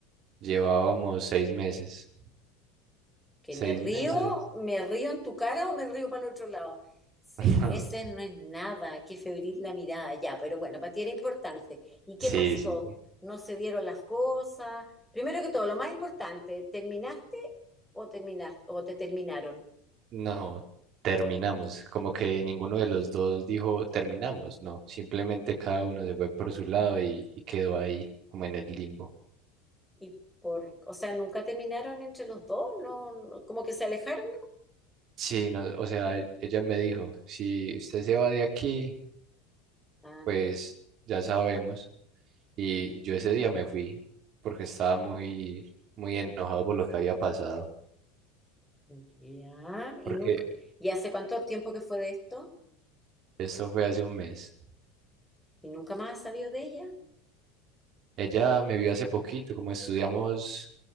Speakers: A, on the right (about 45°); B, in the centre.
A: Llevábamos seis meses.
B: ¿Que
A: ¿Seis
B: me río?
A: meses?
B: ¿Me río en tu cara o me río para el otro lado? Seis
A: <laughs>
B: meses no es nada, qué febril la mirada, ya, pero bueno, para ti era importante. ¿Y qué
A: Sí,
B: pasó?
A: sí.
B: ¿No se dieron las cosas? Primero que todo, lo más importante, ¿terminaste o terminaste o te terminaron?
A: No, terminamos. Como que ninguno de los dos dijo terminamos. No, simplemente cada uno se fue por su lado y, y quedó ahí, como en el limbo.
B: Y por, o sea, nunca terminaron entre los dos, no, no- como que se alejaron.
A: Sí, no, o sea, e- ella me dijo, si usted se va de aquí,
B: Ah,
A: pues ya sabemos. Y yo ese día me fui porque estaba muy, muy enojado por lo que había pasado,
B: ya, y
A: porque
B: nunca, y hace cuánto tiempo que fue de esto,
A: esto fue hace un mes.
B: y nunca más has sabido de ella,
A: Ella me vio hace poquito, como estudiamos